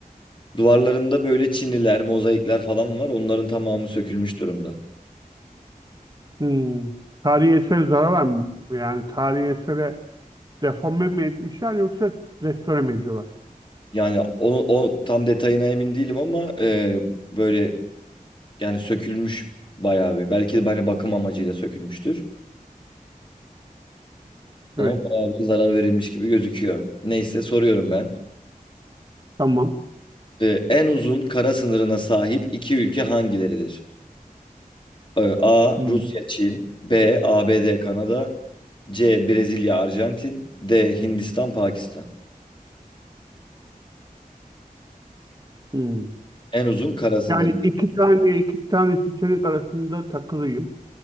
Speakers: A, on the left; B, on the right.
A: Duvarlarında böyle Çiniler, mozaikler falan var. Onların tamamı sökülmüş durumda.
B: Hmm. Tarihi eser zarar var mı? Yani tarihi esere deforme mi etmişler yoksa restore mi ediyorlar?
A: Yani onu o tam detayına emin değilim ama e, böyle yani sökülmüş bayağı bir. Belki de hani bakım amacıyla sökülmüştür. Ama
B: Evet.
A: bayağı bir zarar verilmiş gibi gözüküyor. Neyse soruyorum ben.
B: Tamam.
A: E, en uzun kara sınırına sahip iki ülke hangileridir? E, A.
B: Hmm.
A: Rusya, Çin. B. ABD, Kanada. C. Brezilya, Arjantin. D. Hindistan, Pakistan.
B: Hmm.
A: En uzun kara sınırı.
B: Yani iki tane iki tane seçenek arasında takılıyım